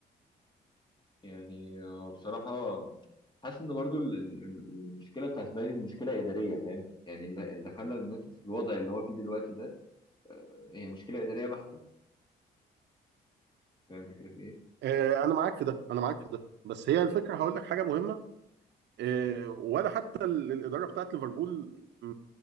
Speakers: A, on the left; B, on the right.
A: يعني آه بصراحه حاسس ان برضو ال- ال- المشكله بتاعت لاينز مشكله اداريه فاهم يعني اللي اللي خلى اليونايتد في الوضع اللي هو فيه دلوقتي ده هي مشكله اداريه بحته فاهم الفكره في ايه؟
B: إيه، انا معاك في ده انا معاك في ده بس هي الفكره هقول لك حاجه مهمه إيه، ولا حتى ال- الاداره بتاعت ليفربول م-